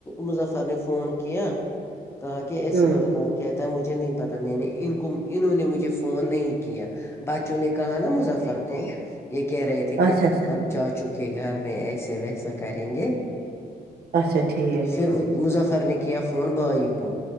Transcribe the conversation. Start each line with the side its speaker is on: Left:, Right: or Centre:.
Left: مظفر نے فون کیا کہا کہ ایسی
Right: ہوں
Left: بتک کہتا مجھے نہیں پتاہ میں نے ان کو انہوں نے مجھے فون نہیں کیا بچوں نے کہا نا مظفر کو یہ کہہ رہے تھے کہ
Right: اچھا اچھا
Left: ہم چاچو کے گھر میں ایسے ویسا کریں گے
Right: اچھا ٹھیک ہے
Left: پھر مظفر نے کیا فون بھائی کو